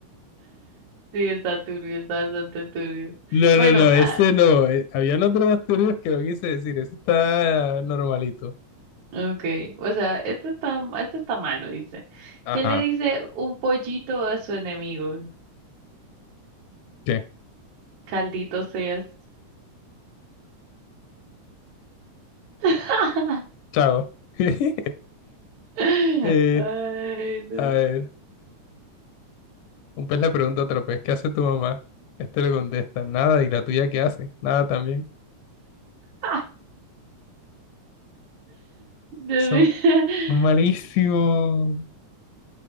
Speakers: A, on the right (about 70°); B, on the left (about 85°).
A: Sí, está turbio, está bastante turbio.
B: No,
A: Bueno,
B: no, no, ese
A: ah,
B: no. eh, Habían otros dos turbios que no quise decir. Ese está normalito.
A: okay. O sea, esto está, esto está malo, dice.
B: Ajá.
A: ¿Qué le dice un pollito a su enemigo?
B: ¿Qué?
A: Caldito seas. <laughs>
B: Chao. <laughs>
A: Ay,
B: Eh,
A: no.
B: a ver, un pez le pregunta a otro pez, ¿qué hace tu mamá? Este le contesta, nada. ¿Y la tuya qué hace? Nada también.
A: <laughs> <laughs> De
B: Son
A: ver-
B: malísimo.